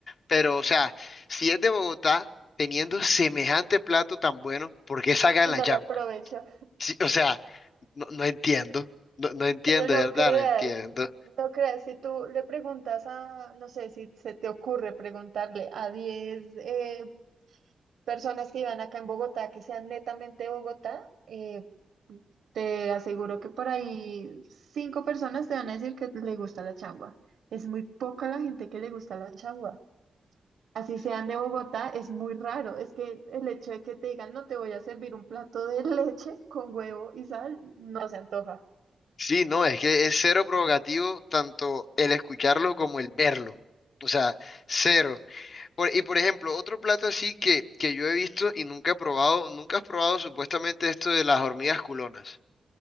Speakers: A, on the left; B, on the right.
A: Pero, o sea, si es de Bogotá, teniendo semejante plato tan bueno, ¿por qué sacan
B: y
A: la
B: no
A: changua?
B: lo aprovecho.
A: Sí, o sea, no, no entiendo, no, no entiendo,
B: Pero no
A: de verdad,
B: creas,
A: no entiendo.
B: no creas, si tú le preguntas a, no sé, si se te ocurre preguntarle a 10 eh, personas que iban acá en Bogotá, que sean netamente de Bogotá, eh, te aseguro que por ahí cinco personas te van a decir que le gusta la changua. Es muy poca la gente que le gusta la changua. así sean de Bogotá, es muy raro. Es que el hecho de que te digan, no te voy a servir un plato de <laughs> leche con huevo y sal, no se antoja.
A: Sí, no, es que es cero provocativo tanto el escucharlo como el verlo. O sea, cero. Por- y por ejemplo, otro plato así que, que yo he visto y nunca he probado, nunca has probado supuestamente esto de las hormigas culonas.